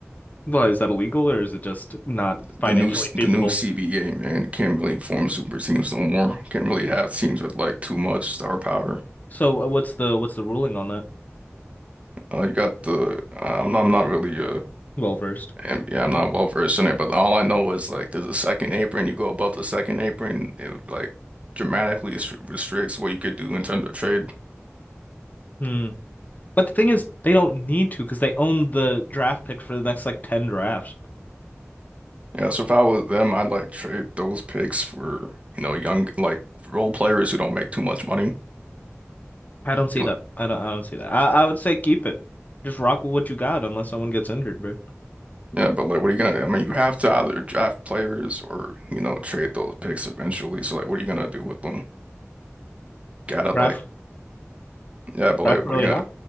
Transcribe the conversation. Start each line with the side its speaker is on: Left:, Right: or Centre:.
Left: Why is that illegal, or is it just not financially
Right: The new s-
Left: feasible?
Right: the new CBA, man, you can't really form super teams no more. You can't really have teams with like too much star power.
Left: So uh, what's the what's the ruling on that?
Right: Uh, you got the uh, I'm not I'm not really uh
Left: Well versed.
Right: and yeah I'm not well versed in it, but all I know is like there's a second apron. You go above the second apron, it like dramatically restri- restricts what you could do in terms of trade.
Left: Hmm. But the thing is, they don't need to because they own the draft pick for the next like ten drafts.
Right: Yeah, so if I was them, I'd like trade those picks for, you know, young like role players who don't make too much money.
Left: I don't see
Right: Be like,
Left: that. I don't. I don't see that. I, I would say keep it. Just rock with what you got, unless someone gets injured, bro.
Right: yeah, but like what are you gonna do? I mean, you have to either draft players or, you know, trade those picks eventually. So like what are you gonna do with them? Gotta like
Left: Draft
Right: yeah, but
Left: draft
Right: like
Left: really
Right: what are you gonna
Left: high.